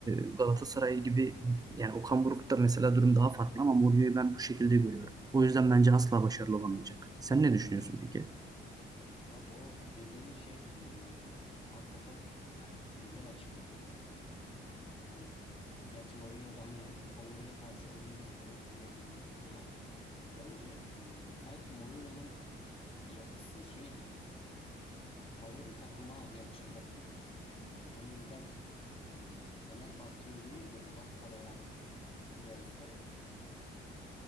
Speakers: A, on the right; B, on the left.
A: e, Galatasaray gibi yani Okan Buruk'ta mesela durum daha farklı ama Mourinho'yu ben bu şekilde görüyorum. O yüzden bence asla başarılı olamayacak. Sen ne düşünüyorsun peki?
B: Abi o dediğin şey e, hakikaten yani güzel açıkladın. E, hani gerçi Mourinho da hani hem favoriye karşı oynuyor hem favori gibi oynuyor dedin ama bence e, sanki Mourinho'nun yapısı şey gibi. Hani favori takıma yakışacak bir hoca gibi. Hani o yüzden e, Fenerbahçe'ye değil de Galatasaray'a gelse e,